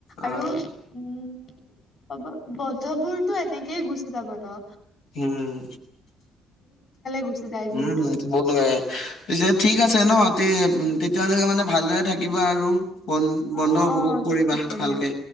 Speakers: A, on the left; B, on the left.
A: অ
B: আৰু উম, হ'ব বন্ধবোৰতো এনেকেই গুচি যাব ত।
A: হম,
B: গুচি যায় যিহেতু
A: উম এইটো বহুত মজা লাগে। পিছে ঠিক আছে ন, তে তেতিয়ালৈকে মানে ভালদৰে থাকিবা আৰু বন
B: অ
A: বন্ধ
B: অ
A: উপভোগ কৰিবা
B: ঠিক আছে
A: ভালকে।
B: দিয়া